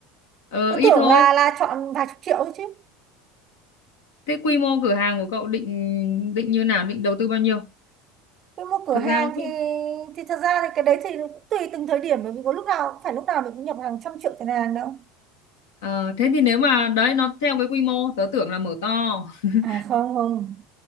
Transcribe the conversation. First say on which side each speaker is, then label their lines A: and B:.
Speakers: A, on the left; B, on the right.
A: ờ
B: Tớ
A: ít
B: tưởng
A: thôi
B: là là chọn vài chục triệu thôi chứ.
A: thế quy mô cửa hàng của cậu định định như nào định đầu tư bao nhiêu
B: Tôi mua cửa
A: thực
B: hàng
A: ra nó
B: thì
A: cứ
B: thì thật ra thì cái đấy thì cũng tùy từng thời điểm bởi vì có lúc nào cũng phải lúc nào mình cũng nhập hàng trăm triệu tiền hàng đâu
A: Ờ, thế thì nếu mà đấy nó theo cái quy mô tớ tưởng là mở to <laughs>
B: à không không